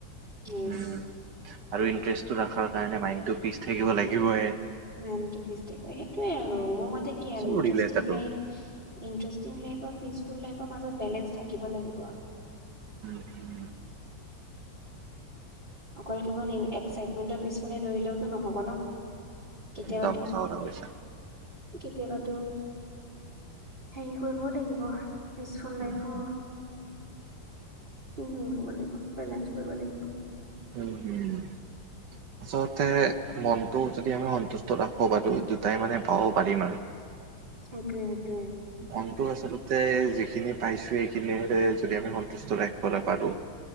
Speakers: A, on the right; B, on the right.
A: য়েছ।
B: উম, আৰু ইণ্টাৰেষ্টটো ৰখাৰ কাৰণে, মাইণ্ডটো পিচ থাকিব লাগিবই।
A: সেইটোৱে আৰু মোৰ মতে কি আৰু
B: চব
A: ইটাৰেষ্টিং
B: ৰিলেটেড আৰু
A: লাইফ ইণ্টাৰেষ্টিং লাইফ বা পিচফুল লাইফৰ মাজত বেলেঞ্চ থাকিব লাগিব
B: <unintelligible>
A: অকল কেৱল এক্সাইটমেণ্টৰ পিছফালে দৌৰিলেওতো নহ'ব ন কেতিয়াবাতো
B: একদম সঁচা কথা কৈছা।
A: কেতিয়াবাতো হেৰি কৰিবও লাগিব পিচফুল
B: উম,
A: লাইফো, উম, ক'ব লাগিব, বেলেঞ্চ কৰিব লাগিব। অ।
B: <unintelligible>
A: <inaudible>
B: আচলতে মনটো যদি আমি সন্তুষ্ট ৰাখিব পাৰো, দুটাই মানে পাব পাৰি মানে।
A: সেইটোৱে সেইটোৱেই
B: মনটো আচলতে যিখিনি পাইছো সেইখিনিৰে যদি আমি সন্তুষ্ট ৰাখিবলে পাৰোঁ